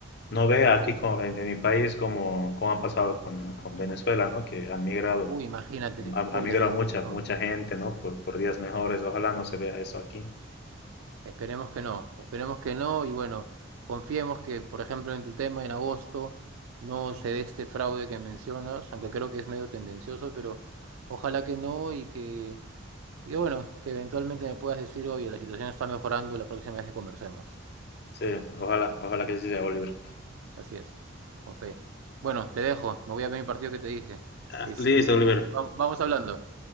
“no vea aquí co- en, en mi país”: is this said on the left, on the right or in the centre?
Left